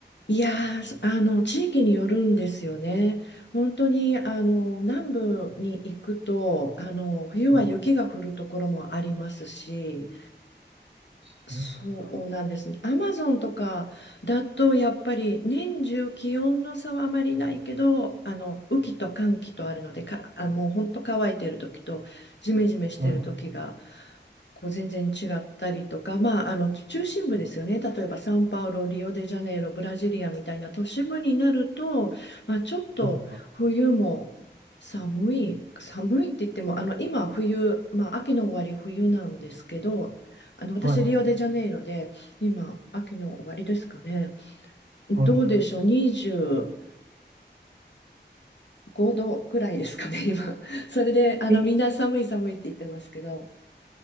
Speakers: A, on the left; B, on the right.
A: いやー、そあの、地域によるんですよね。本当に、あの、南部に行くと、あの、冬は雪が降るところもありますし、
B: はい。そうなんだ
A: そうなんですね。アマゾンとかだとやっぱり年中気温の差はあまりないけど、あの雨季と乾季とあるので、か、あ、もう本当乾いてる時とジメジメしてる時が
B: はい、
A: こう全然違ったりとか、まあ、あの中心部ですよね。例えばサンパウロ、リオデジャネイロ、ブラジリアみたいな都市部になると、まあ、ちょっと冬も寒い、
B: はい、
A: 寒いって言っても、あの今冬、まあ、秋の終わり冬なんですけど、あの、私、
B: はい。はい、
A: リオデジャネイロで、今、秋の終わりですかね。どうでしょう、
B: はい。
A: 25度ぐらいですかね、今。<laughs> それで、あの、
B: え、
A: みんな寒い寒いって言ってますけど、